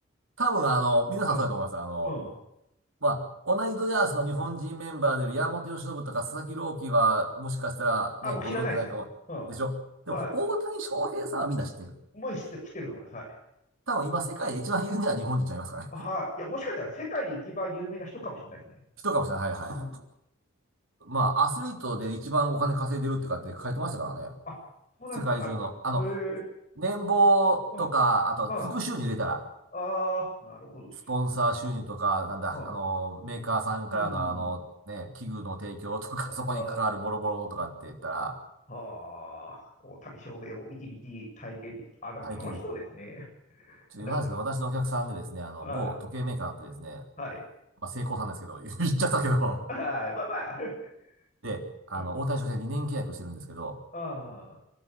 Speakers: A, on the right; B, on the left.
A: 多分あの、皆さんそうだと思います。
B: は
A: あの、
B: い。うん。
A: まあ、同じドジャースの日本人メンバーでいる山本由伸とか佐々木朗希は、もしかしたらね、
B: あ、僕知らないです。
A: ご存知ないかも、
B: うん。
A: でしょでも、
B: は
A: 大谷翔平さんはみんな知ってる。
B: い。もう知って、知ってると思います。はい。
A: 多分今世界で一番有名な日本人ちゃいますかね。
B: はい。
A: <laughs>
B: いや、もしかしたら世界で一番有名な人かもしれないですね。
A: 人かもしれない。はいはいはい。
B: うん。
A: <laughs> まあ、アスリートで一番お金稼いでるってかって書いてましたからね。
B: あ、そうなんですか。
A: 世界中の。
B: あの、
A: あの、
B: へえ。
A: 年俸とか、
B: うん。
A: あと、
B: うん。あ
A: 副収入入れたら、
B: あ、なるほど。
A: スポンサー収入とか、
B: うん。
A: なんだ、あの、メーカーさんからのあの、
B: うん
A: ね、器具の提供とか、
B: ああ、
A: そこに関わる諸々のとかって言ったら、
B: はあ、大谷翔平を一日体験できた。あ、でも楽しそうですね。
A: 体験的なちょっと余談ですけど、
B: でも、
A: 私のお客さんでですね、あの、
B: はい。
A: 某時計メーカーあってですね、
B: はい。
A: まあ、成功さんですけど、<laughs> 言っちゃったけど、
B: はい。まあまあ。<laughs>
A: で、あの、
B: うん。<laughs>
A: 大谷翔平2年契約してるんですけど、
B: ああ。